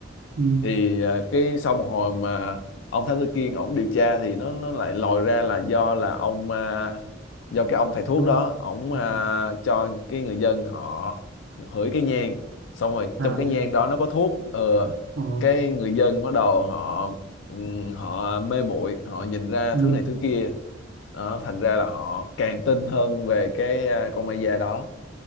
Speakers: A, on the right; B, on the left.
A: ừ,
B: thì à, cái sau một hồi mà ông Thám Tử Kiên ổng điều tra thì nó nó lại lòi ra là do là ông à, do cái ông thầy thuốc
A: không
B: đó ổng
A: ừ,
B: à, cho cái người dân họ hửi cái nhang xong rồi
A: à,
B: trong cái nhang đó nó có thuốc ờ
A: ồ,
B: cái người dân bắt đầu họ ừm, họ mê muội họ nhìn ra
A: ừ,
B: thứ này thứ kia đó thành ra là họ càng tin hơn về cái à, con ma da đó